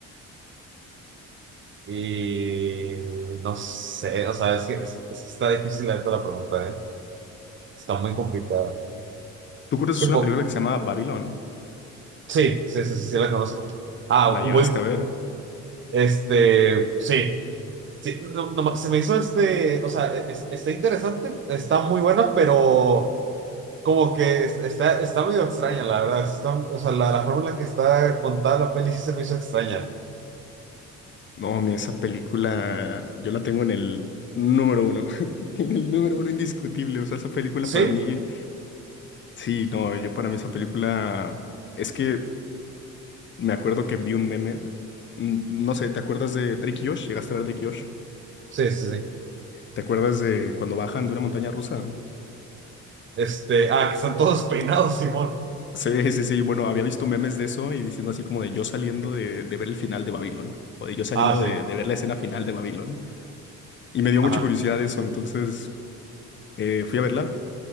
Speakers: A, on the right (about 40°); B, on the left (about 40°).
A: y no sé, o sea, es que, es- es que está difícil la neta la pregunta, ¿eh? Está muy complicada.
B: Tú conoces
A: Es que po-
B: una película que se llama Babylon.
A: sí, sí, sí, sí, sí la conozco. Ah,
B: ¿La llegaste
A: bueno
B: a ver?
A: este, sí. Sí, no- no, se me hizo este, o sea, e, es- está interesante, está muy buena, pero Como que es- está, está medio extraña, la verdad. Está, o sea, la, la forma en la que está contada la peli sí se me hizo extraña.
B: No, mi esa película yo la tengo en el número uno. <laughs> En el número uno indiscutible. O sea, esa película
A: Sí,
B: para mí. Sí, no, yo para mí esa película es que me acuerdo que vi un meme, mm, no sé, ¿te acuerdas de Drake y Josh? ¿Llegaste a ver Drake y Josh?
A: sí, sí, sí.
B: ¿Te acuerdas de cuando bajan de una montaña rusa?
A: Este, ah, que están todos <laughs> peinados, Simón.
B: Sí, sí, sí, bueno, había visto memes de eso y diciendo así como de yo saliendo de, de ver el final de Babylon o de yo saliendo
A: Ah, sí,
B: de, de ver la escena final de Babylon Y me dio
A: ajá,
B: mucha curiosidad eso, entonces eh, fui a verla.